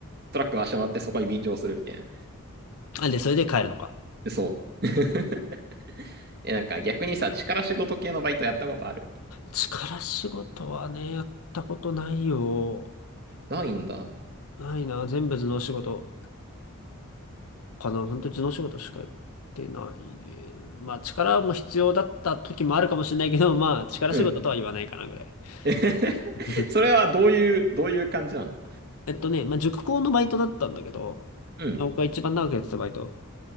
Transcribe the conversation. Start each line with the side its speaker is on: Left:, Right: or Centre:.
Right: トラック回してもらってそこに便乗するみたいな。
Left: あ、で、それで帰るのか。
Right: そう。<laughs> え、なんか逆にさ、力仕事系のバイトやったことある
Left: 力仕事はね、やったことないよ。
Right: ないんだ。
Left: ないな、全部頭脳仕事。かな、本当に頭脳仕事しかやってないね。まあ力も必要だった時もあるかもしれないけど、まあ力仕事とは言わないかなぐらい。
Right: うん。<laughs>
Left: <laughs>
Right: それはどういう、どういう感じなの
Left: えっとね、まあ塾講のバイトだったんだけど、
Right: うん。
Left: 僕が一番長くやってたバイト。